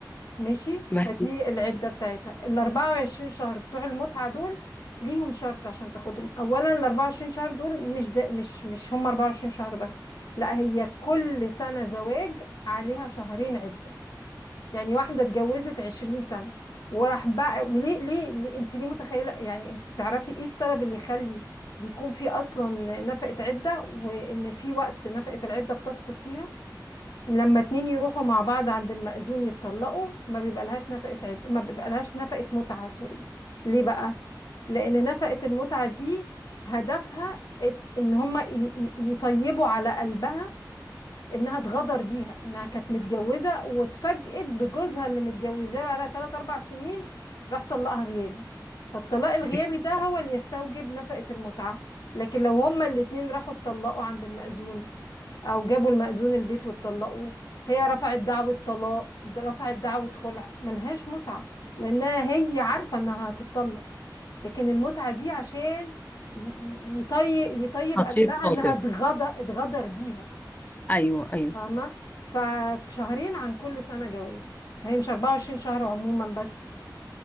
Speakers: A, on the left; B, on the left.
A: ماشي
B: ما
A: فدي العدة بتاعتها ال 24 شهر بتوع المتعة دول ليهم شرط عشان تاخدهم اولا ال 24 شهر دول مش ده مش مش هم 24 شهر بس لا هي كل سنة زواج عليها شهرين عدة يعني واحدة اتجوزت 20 سنة وراح بقى وليه ليه, ليه انت ليه متخيلة يعني انت تعرفي ايه السبب اللي يخلي بيكون في اصلا نفقة عدة وان في وقت نفقة العدة بتسقط فيها لما اتنين يروحوا مع بعض عند المأذون يتطلقوا ما بيبقى لهاش نفقة عد... ما بيبقى لهاش نفقة متعة سوري ليه بقى؟ لأن نفقة المتعة دي هدفها ات- إن هما ي... ي- يطيبوا على قلبها إنها اتغدر بيها إنها كانت متجوزة واتفاجئت بجوزها اللي متجوزاه بقالها تلات أربع سنين راح طلقها غيابي فالطلاق الغيابي
B: ما-
A: ده هو اللي يستوجب نفقة المتعة لكن لو هما الاتنين راحوا اتطلقوا عند المأذون او جابوا المأذون البيت واتطلقوا هي رفعت دعوة طلاق د- رفعت دعوة خلع ملهاش متعة لانها هي عارفة انها هتتطلق لكن المتعة دي عشان ي- ي- يطيب يطيب
B: خطير
A: قلبها
B: خاطر
A: انها اتغدر اتغدر بيها
B: ايوه ايوه
A: فاهمة فشهرين عن كل سنة جواز فهي مش 24 شهر عموما بس